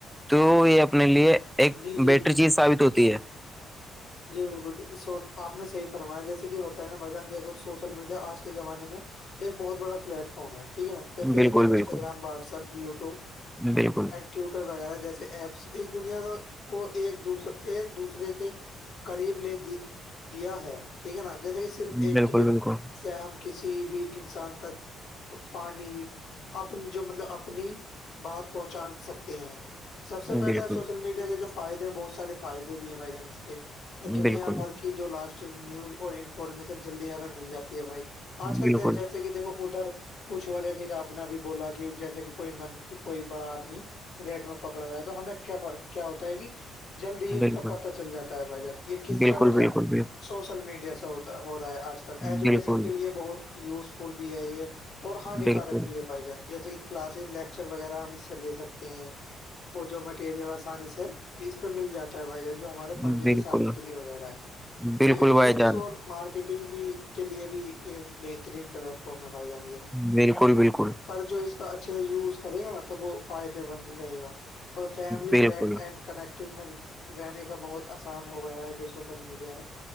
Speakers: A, in the centre; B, on the left (about 70°).
A: تو یہ اپنے لیے ایک
B: جی جی
A: بیٹر
B: جی
A: چیز ثابت ہوتی ہے
B: جی بالکل آپ نے صح فرمایا جیسے کہ ہوتا ہے نا بھائی جان سوشل میڈیا آج کے زمانے میں ایک بہت بڑا پلیٹ فارم ہے ٹھیک ہے نا فیس
A: بالکل
B: بک انسٹاگرام
A: بالکل
B: واٹس ایپ یوٹیوب
A: بالکل
B: پوٹر وغیرہ جیسے ایپس اس دنیا کو ایک دوسر ایک دوسرے کے قریب لے دیا ہے ٹھیک ہے نا جیسا کہ صرف ایک
A: بالکل
B: کلک
A: بالکل
B: سے ہم کسی بھی انسان تک پانی اپنی جو مطلب اپنی بات پہنچا سکتے ہیں سب سے پہلے
A: بالکل
B: سوشل میڈیا کے جو فائدے ہیں بہت سارے فائدے بھی ہیں بھائی جان اس کے دنیا
A: بالکل بالکل
B: بھر کی جو لاسٹ نیوز اور انفارمیشن جلدی ہمیں مل جاتی ہے بھائی آج کل
A: بالکل
B: جیسے کہ دیکھو ادھر کچھ ہوا جیسے کہ آپ نے بھی بولا کہ جیسے کہ کوئی من کوئی بڑا آدمی ریٹ میں پکڑا گیا تو ہمیں کیا کیا ہوتا ہے کہ جلد ہی
A: بالکل
B: اس کا پتا چل جاتا جاتا یہ کس
A: بالکل
B: سے ہوتا
A: بالکل
B: ہے سو سوشل میڈیا سےتا ہو رہا ہے آج کل ایجوکیشن
A: بالکل
B: کے لیے بہت یوزفل بھی ہے یہ اور ہانیکارک
A: بالکل
B: بھی ہے بھائی جان جیسے کہ کلاسز لیکچر وغیرہ ہم اس سے لے سکتے وہ جو مٹیریل آسانی سے اس پہ مل جاتا ہے بھائی جو ہمارے پڑنے
A: بالکل
B: کی سامگری وغیرہ ہے
A: بالکل
B: ٹھیک ہے
A: بھائی
B: بجلیس
A: جان
B: اور مارکیٹنگ بھی کے لیے بھی ایک بہترین پلیٹ فارم ہے بھائی جان یہ
A: بالکل بالکل
B: پر جو اس کا اچھے سے یوز کرے گا نا تو وہ فائدے مند رہے گا اور فیملی
A: بالکل
B: فرینڈ اینڈ کنیکٹو میں رہنے کا بہت آسان ہو گیا ہے جو سوشل میڈیا ہے